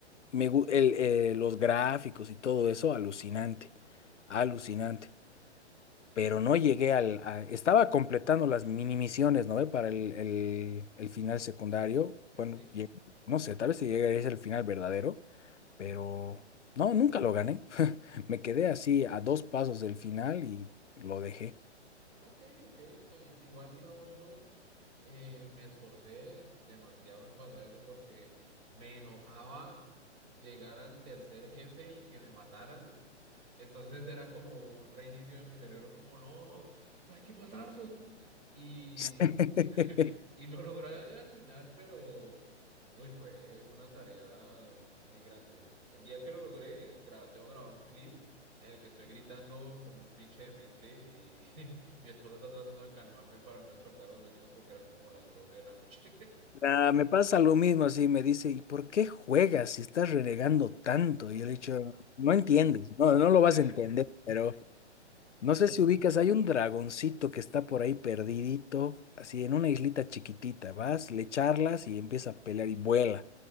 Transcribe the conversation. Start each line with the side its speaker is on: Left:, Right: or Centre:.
Left: me, gu- el, eh, los gráficos y todo eso, alucinante, alucinante. Pero no llegué al... a- estaba completando las mini misiones, ¿no ve? Para el, el- el final secundario.
Right: sí,
Left: Bueno,
Right: sí, sí.
Left: llegué- no sé, tal vez si llegaría a ser el final verdadero pero no, nunca lo gané. <laughs> Me quedé así a dos pasos del final y lo dejé.
Right: Ok, ok, está bien. Igual, digamos, yo eh, me esforcé demasiado en pasar eso porque me enojaba llegar al tercer jefe y que me mataran. Entonces era como un reinicio de mi cerebro, como, no, hay que matarlos. y,
Left: <laughs>
Right: y, <laughs> y lo logré al final, pero uy, fue una tarea muy grande. El día que lo logré, gra- tengo grabado un clip en el que estoy gritando como un pinche demente y <laughs> mi esposa está tratando de calmarme para no despertar a los vecinos porque eran como las doce de la noche.
Left: Ah, me pasa lo mismo, así me dice, ¿y por qué juegas si estás renegando tanto? Y yo le he dicho, no entiendes, no,
Right: <laughs>
Left: no lo vas a entender, pero no sé si ubicas, hay un dragoncito que está por ahí perdidito, así en una islita chiquitita, vas, le charlas y empieza a pelear y vuela.